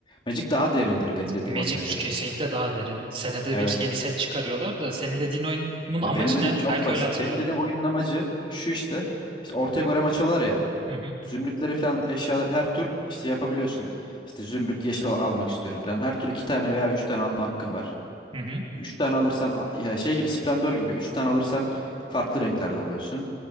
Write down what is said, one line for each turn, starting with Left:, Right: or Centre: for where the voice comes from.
Left: Magic daha derindir benim dediğim
Right: Magic
Left: oyuna göre.
Right: kesinlikle daha derin. Senede
Left: Evet.
Right: bir yeni set çıkarıyorlar da senin dediğin oyunun amacı
Left: Ya benim dediğim
Right: ne?
Left: çok
Right: Belki
Left: basit.
Right: öyle hatırlarım.
Left: Benim dediğim oyunun amacı şu işte. İşte ortaya golem açıyorlar ya.
Right: Hı hı.
Left: Zümrütleri falan eşyalar her tur işte yapabiliyorsun. İşte zümrüt yeşil al- almak istiyorum falan. Her tur iki tane veya üç tane alma hakkın var.
Right: Hı hı.
Left: Üç tane alırsan a- ya şey gibi Splendor gibi. Üç tane alırsan farklı renklerde alıyorsun.